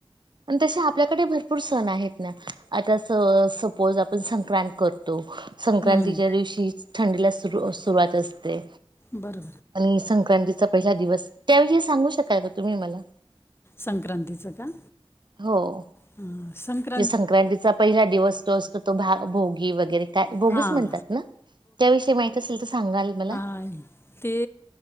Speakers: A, on the right (about 55°); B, on the left (about 25°).
A: आणि तसे आपल्याकडे भरपूर सण आहेत ना, आता सपोज आपण संक्रांत करतो. संक्रांतीच्या
B: हम्म.
A: दिवशीच थंडीला सुरू सुरुवात असते.
B: बरोबर
A: आणि संक्रांतीचा पहिला दिवस, त्याविषयी सांगू शकाल का तुम्ही मला?
B: संक्रांतीचं का?
A: हो
B: ह संक्रां
A: ते संक्रांतीचा पहिला दिवस तो असं तो भा भोगी वगैरे काय भोगीच
B: हां
A: म्हणतात ना, त्याविषयी माहित असेल तर सांगाल मला?
B: पाणी ते